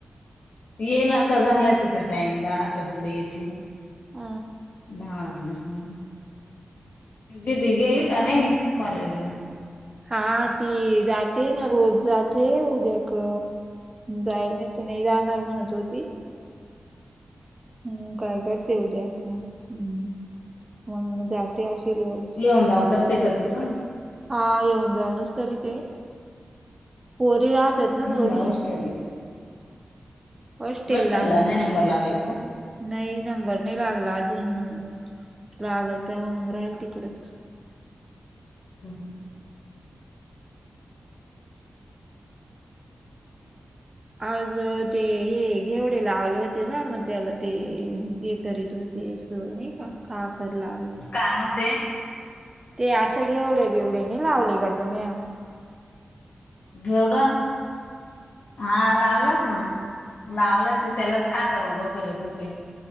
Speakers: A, on the left (about 80°); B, on the right (about 25°).
A: येईल आता झालंय तिथं टाइम दाहाच्या पुढे येथील.
B: अ
A: ढा वाजले कम दीदी गेली काय नाही कॉलेज ला?
B: हा. ती जाते ना, रोज जाते. उद्या क जाय तु नाही जाणार म्हणत होती. हम् काय करते उद्याक हम्म मग ते अशी रोज
A: येऊन जाऊन करते का तिथून
B: हा येऊन जाऊनस करी ते. पोरी रात ना
A: म्हणलं
B: ोडी
A: हॉस्टेलला
B: अष्टेला
A: हॉस्टेलला
B: म
A: नाही नंबर लागला का
B: नाही नंबर नाही लागला अजून मग लागल तेव्हा मग राहील तिकडेच
A: हम्
B: आज ते हे घेवडे लावले होते ना मग त्याला ते हे करीत होते नाही का काा करला आ
A: काय म्हणते
B: ते असं घेवढे बिवडे नाही लावले का तुम्ही
A: घेवडा हा लावलात ना लावलं ते त्यालाच का कर उगं करीच हो ते